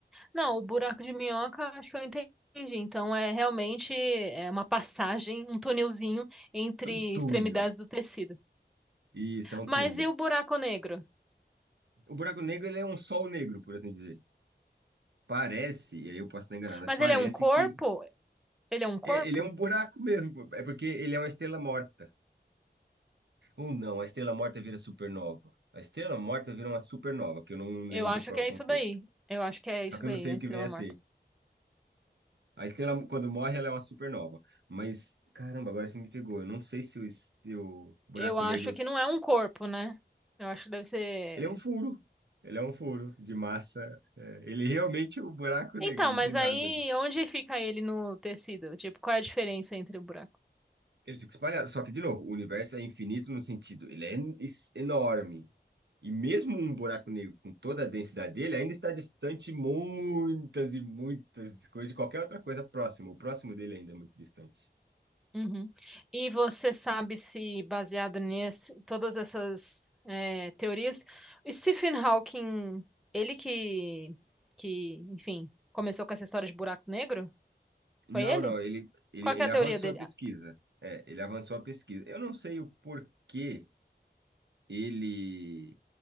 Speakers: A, in the centre; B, on the right.
A: não, o buraco de minhoca, acho que eu entendi. Então é realmente é uma passagem, um tunelzinho entre
B: É um túnel.
A: extremidades do tecido.
B: Isso, é um
A: Mas
B: túnel.
A: e o buraco negro?
B: O buraco negro, ele é um sol negro, por assim dizer. Parece, e aí eu posso estar enganado, mas
A: Mas
B: parece
A: ele é um corpo?
B: que
A: Ele é um corpo?
B: é, ele é um buraco mesmo, pô. é porque ele é uma estrela morta. Ou não, a estrela morta vira supernova. A estrela morta vira uma supernova, que eu não
A: Eu
B: lembro
A: acho
B: qual
A: que
B: é
A: é
B: o contexto.
A: isso daí. Eu acho que é
B: Só
A: isso
B: que
A: daí,
B: eu não sei
A: a
B: o
A: estrela
B: que vem a
A: morta.
B: ser. A estrela, quando morre, ela é uma supernova. Mas, caramba, agora você me pegou. Eu não sei se o, es- se o buraco
A: Eu acho
B: negro.
A: que não é um corpo, né? Eu acho que deve ser.
B: Ele é um furo. Ele é um furo de massa. É, ele é realmente é um buraco
A: Então,
B: negro, não
A: mas
B: tem
A: aí
B: nada ali.
A: onde fica ele no tecido? Tipo, qual é a diferença entre o buraco?
B: Ele fica espalhado. Só que, de novo, o universo é infinito no sentido, ele é en- es- enorme. E mesmo um buraco negro com toda a densidade dele, ainda está distante muitas e muitas coisas de qualquer outra coisa próxima. O próximo dele ainda é muito distante.
A: Uhum. E você sabe se, baseado nesse, todas essas é, teorias, o Stephen Hawking, ele que, que, enfim, começou com essa história de buraco negro?
B: Não,
A: Foi ele?
B: não, ele, ele,
A: Qual
B: ele
A: que é a teoria
B: avançou
A: dele?
B: a pesquisa.
A: Ah,
B: É, ele avançou a pesquisa. Eu não sei o porquê ele